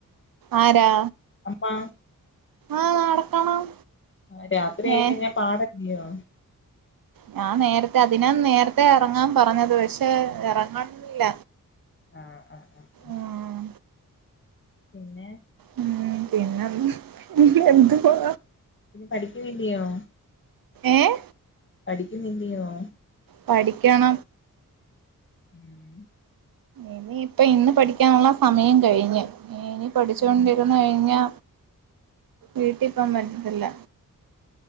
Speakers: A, on the right; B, on the left.
A: ആരാ
B: അമ്മ
A: ആ നടക്കണം
B: ആ രാത്രിയായി
A: നേ
B: കഴിഞ്ഞാ പാടല്ലിയോ
A: ഞാൻ നേരത്തെ അതിനാ നേരത്തെ എറങ്ങാൻ പറഞ്ഞത് പക്ഷെ എറങ്ങണില്ല
B: ആഹ് ആഹ് ആഹ് ആഹ്
A: ഉം
B: പിന്നെ
A: ഉം പിന്നെ എന്ത് പിന്നെ എന്തുവാ
B: പിന്നെ പഠിക്കുന്നില്ലയോ
A: ഏഹ്
B: പഠിക്കുന്നില്ലിയോ
A: പഠിക്കണം
B: ഉം
A: ഇനിയിപ്പ ഇന്ന് പഠിക്കാനുള്ള സമയം കഴിഞ്ഞ് ഇനി പഠിച്ചൊണ്ടിരിന്ന്
B: ഉം
A: കഴിഞ്ഞാ വീട്ടീപോകാൻ പറ്റത്തില്ല